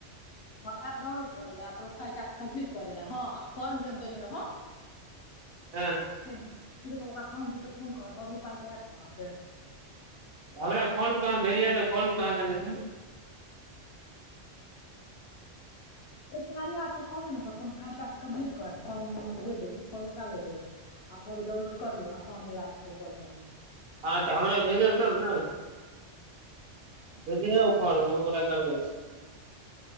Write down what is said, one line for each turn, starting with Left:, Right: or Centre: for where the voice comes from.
Left: हँ, एप डउनलोड कर ला, प्रोफाइल टास्क कम्पलिट कर ला, हँ, आ फर्म जे हम देनी रह
Right: हँ
Left: <unintelligible> क ओकरा काम दे तऽ फोन कहत आओर ओ पाइ तऽ आयत नह के
Right: हमरा फोर्म कह अाँ भेजहत, तऽ फोर्म कह अहाँके नहि द
Left: किनारी आ पर कन अपन फाइ टास्क कम्प्लीट करत फॉर् हमाँके भे देब ओ फॉर्मे ओकरा भे देब आ कहबै डाउनलोड करहुँ आ काम देगाऽ हमो कॉल करलँ।
Right: हँ तऽ हमरा भऽ भेजल तब ने। ब हर होमग्रा करबै